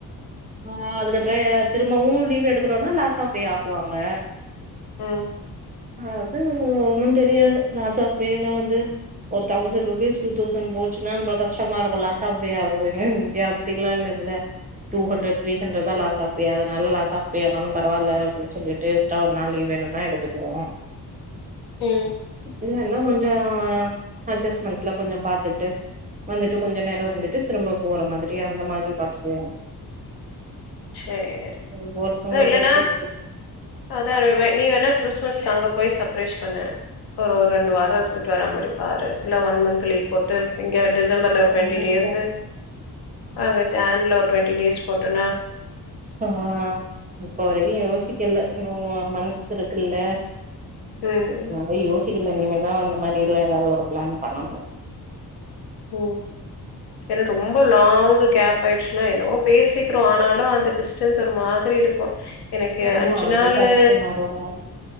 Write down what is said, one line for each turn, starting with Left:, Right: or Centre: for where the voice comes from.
Right: ஆ அதுக்கப்ற திரும்பவு லீவு எடுக்கறோனா லாஸ் ஆஃப் பே ஆக்குவாங்க
Left: ம்
Right: அது ஒன்னு தெரியாது லாஸ் ஆஃப் பேனா வந்து ஒரு தௌசண்ட் ருபீஸ் டூ தௌசண்ட் போச்சுன்னா நம்ப கஷ்டமா இருக்கு லாஸ் ஆஃப் பே ஆகுதுன்னு இங்க அப்புடில்லா இல்லல்ல டூ ஹண்ட்ரட் த்ரீ ஹண்ரேட்தா லாஸ் ஆஃப் பே அதனால லாஸ் ஆஃப் பேயன்னாலு பரவால அப்டினு சொல்லிட்டு ட்ட ஒரு நாள் லீவ் வேணுனா எடுத்துக்குவோ
Left: ம்
Right: என்னன்ன கொஞ்சோ அஜஸ்மெண்ட்ல கொஞ்சோ பாத்துட்டு வந்துட்டு கொஞ்ச நேர வந்துட்டு திரும்ப போற மாதிரி அந்த மாரி பாத்துக்குவோ
Left: சேரி
Right: ஒவ்வொருத்தங்கள
Left: அதா இல்லன்னா
Right: பொறுத்து இருக்கு
Left: அதா வே நீ வேணா கிறிஸ்மஸ்கு அங்க போய் சப்ரைஸ் பண்ணு ஒரு ஒரு ரெண்டு வாரோ இருன்ட்டு வர மா பாரு இல்ல ஒன் மந்த் லீவ் போட்டு இங்க டிசம்பர்ல ஒரு டூவெண்ட
Right: ம்
Left: டேஸு அங்க ஜேன்ல ஒரு டூவெண்ட டேஸ் போட்டேனா
Right: ஆ இப்ப வரையு யோசிக்கல இன்னு மன்ஸ் இருக்குல்ல
Left: ம்
Right: நாந்தா யோசிக்கல இனிமேதா அந்த மாரி எல்லா ஏதாவது ஒரு பிளான் பண்ணணு
Left: ஓ என்ன ரொம் ரொம்ப லாங் கேப் ஆயிடுச்சுன்னா என்னவோ பேசிக்கிறோ ஆனாலு அந்த டிஸ்டன்ஸ் ஒரு மாதிரி இருக்கு எனக்கே
Right: ஆமா
Left: அஞ்சு நாளூ
Right: அது கஷ்டமா இருக்கும்